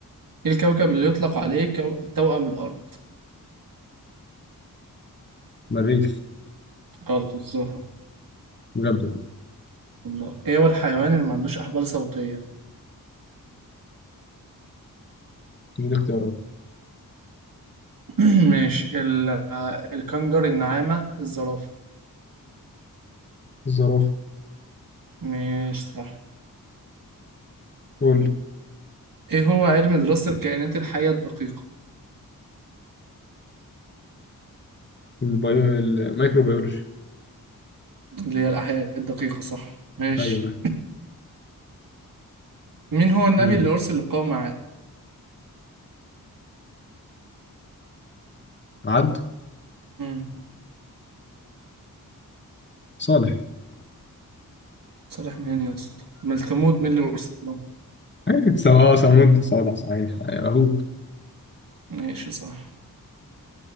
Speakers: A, on the right; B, on the left.
A: إيه الكوكب اللي يطلق عليه كو... توأم الأرض؟
B: مريخ
A: غلط الزهرة
B: بجد والله
A: والله إيه هو الحيوان اللي ما عندوش أحبال صوتية؟
B: دي اختيارات
A: <clears throat> ماشي ال... آه، الكنجر النعامة الزرافة
B: الزرافة
A: ماشي صح
B: قول
A: إيه هو علم دراسة الكائنات الحية الدقيقة؟
B: البيو... الميكروبيولوجي
A: اللي هي الأحياء الدقيقة صح ماشي
B: ايوه ايوه
A: مين هو النبي
B: مم.
A: اللي أرسل لقوم
B: عد
A: عاد؟
B: صالح <laughs>
A: صالح منين يا اسطى من ثمود مين اللي ارسل له
B: أيوة. سم... اه سمود صالح صحيح ايوه هود
A: ماشي صح